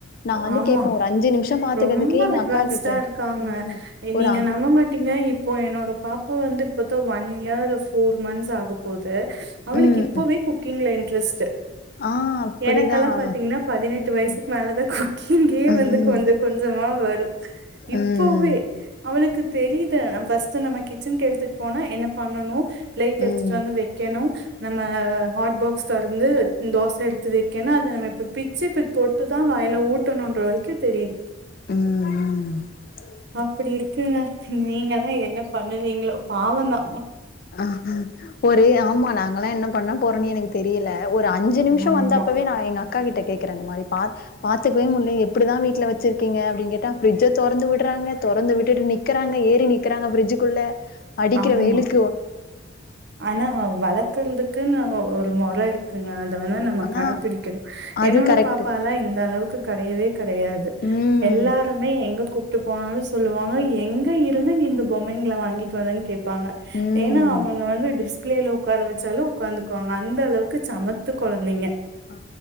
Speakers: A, on the left; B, on the right.
A: நான் வந்து
B: ஆமா
A: கேட்பேன். ஒரு நிமிஷம் பார்த்துக்கிறதுக்கே
B: ரொம்ப
A: எங்க
B: அட்வான்ஸ்டா
A: அக்கா கிட்ட
B: இருக்காங்க
A: ம்.
B: எ
A: ஒரு
B: நீங்க
A: அ
B: நம்பமாட்டீங்க இப்போ என்னோட பாப்பா வந்து இப்பத்தா ஒன் இயர் ஃபோர் மந்த்ஸ் ஆக போது அவளுக்கு
A: ம்.
B: இப்பவே குக்கிங் ல இன் ட்ரஸ்ட்டு
A: ஆ அப்படிதான்.
B: எனக்கல்லா பாத்தீங்கன்னா பதினெட்டு
A: ம்.
B: வயசுக்கு மேலதா குக் இங்கேயே
A: ம்.
B: வந்து கொஞ்ச கொஞ்சமா வ
A: ம்.
B: இப்போவே
A: ம்.
B: அவளுக் தெரிது ஃபர்ஸ்ட்டு நம்ப கிச்சன்க்கு எடுத்துட்டு போனா என்ன பண்ணனு பிளேட்
A: ம்.
B: எடுத்துட்டு வந்து வெக்கணு நம்ப ஹாட்பாக்ஸ் தொறந்து தோச எடுத்து வெக்கனு அத நம்ப இப்ப பிச்சி இப்ப தொட்டு தா வய்ல ஊட் உத்தன்னூன்ற வரைக்கு தெரிது
A: ம் ம்
B: அப்டி இருக்குங்க நீங்க தா என்ன ப பண்ணுவீங்களோ பாவோதா
A: ஆஹ் ஹா ஒரே ஆமா நாங்கெல்லா என்ன பண்ண போறோன்னே எனக்கு தெரியல ஒரு அஞ்சு நிமிஷோ
B: ஆமா
A: வந்தப்பவே நா எங்க அக்கா கிட்ட கே க்கற அந்த மாரி பா பாத்துக்கவே முட்ல எப்டிதா வீட்ல வச்சிருக்கீங்க அப்டினு கேட்டா பிரிட்ஜ தொறந்து வுடுறாங்க தொறந்து விட்டுட்டு நிக்குறாங்க ஏறி நிக்குறாங்க பிரிஜுகுள்ள படிக்கிற
B: ஆமா
A: வெயிலுக்
B: ஆனா வளக்கல்ருதுக்குன்னு ஒரு இருக்கு வேனா நம்ப
A: ஆனா
B: கடபிடிக்கணு
A: அது
B: என்னோட
A: கரெக்ட்டு
B: பாப்பாலா இந்த அளவுக்கு கடையவே கடையாது
A: ம்
B: எல்லாருமே எங்க கூப்ட்டு போனாலு சொல்வாங்க எங்க இருந்து நீ இந்த பொம்மைங்கள வாங்கி வதனு கேப் இருப்பாங்க
A: ம்
B: ஏன்னா அவங்க வந்து பிள்ளைல ஒக்கார வச்சாலு ஒக்காந்துகுவாங்க அந்த அளவுக்கு சமத்து கொழந்தைங்க
A: ஆ